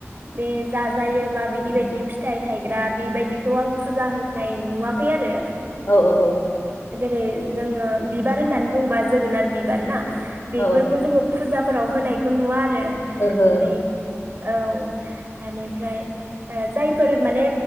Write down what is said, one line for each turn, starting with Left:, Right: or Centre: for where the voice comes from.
Right: बे जाजायो बा बिदि बायदि फिथाइ थायग्रा बेबायदि खौ आं फुजा होन नाय नुवाखै आरो
Left: औ औ औ।
Right: जेरै जोङो बिबार होननानै बुङोबा जोगोनार बिबार ना बेफोरखौ
Left: औ
Right: जोङो फुजाब फोराव होनायखौ नुवा ए
Left: ओहो
Right: ओरै औ बेनिफ्राय जायफोर माने